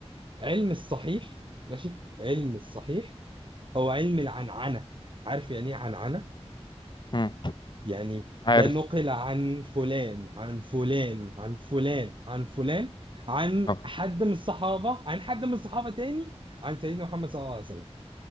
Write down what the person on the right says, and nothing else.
علم الصحيح ماشي علم الصحيح هو علم العنعنة عارف يعني ايه عنعنة؟
يعني
ده نقل عن فلان عن فلان عن فلان عن فلان عن
حد من الصحابة عن حد من الصحابة تاني عن سيدنا محمد صلى الله عليه وسلم